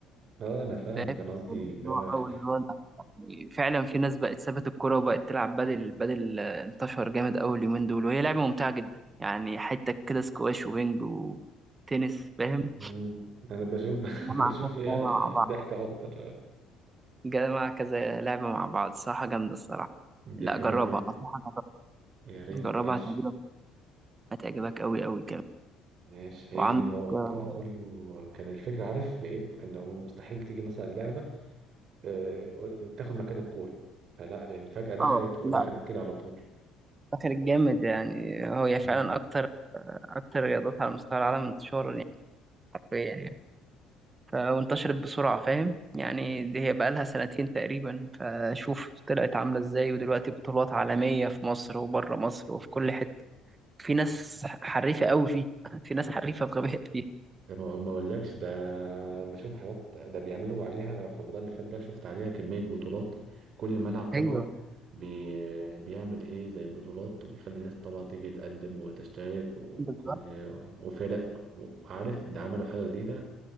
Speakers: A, on the right; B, on the right.
A: اه انا فاهمك
B: فاهم
A: انا قصدي
B: اسبوع
A: اللي هو الح...
B: اه واسبوع لا يعني فعلا في ناس بقت سابت الكوره وبقت تلعب بدل بدل آه، انتشر جامد اول يومين دول وهي لعبه ممتعه جدا يعني حته كده سكواش وبينج وتنس فاهم
A: مم. انا بشوف
B: جمع
A: <laughs> بشوف
B: كذا
A: فيها
B: لعبه مع بعض
A: ضحكة اكتر
B: جمع كذا لعبة مع بعض صراحة جامدة الصراحة
A: دي
B: لا
A: حلوة
B: جربها
A: جدا
B: أنصحك
A: يا ريت
B: جربها جربها
A: ماشي
B: هتعجبك هتعجبك أوي أوي كمان
A: ماشي هي
B: وعندك
A: الموضوع
B: آه
A: كله كان الفكرة عارف في ايه انه مستحيل تيجي مثلا لعبة آه، تاخد مكان الكورة فلا يعني فجأة دخلت
B: آه،
A: ودخلت
B: لا
A: كده على طول
B: فاكر الجامد يعني هي فعلا
A: مم.
B: أكتر أكتر رياضات على مستوى العالم انتشارا يعني حرفيا يعني ف- وانتشرت بسرعة فاهم يعني دي هي بقالها سنتين تقريبا فشوف طلعت عاملة إزاي ودلوقتي بطولات عالمية في مصر وبره مصر وفي كل حتة في ناس حريفة أوي فيه <laughs> في ناس حريفة بغباء فيه
A: ده ما ما اقولكش ده بشوف حاجات ده بيعملوا عليها في رمضان اللي فات ده شفت عليها كمية بطولات كل ملعب طبعا
B: ايوه
A: بي بيعمل ايه زي بطولات وبيخلي الناس طبعا تيجي تقدم وتشترك وكل
B: بالظبط
A: وفرق وعارف ده عملوا حاجة جديدة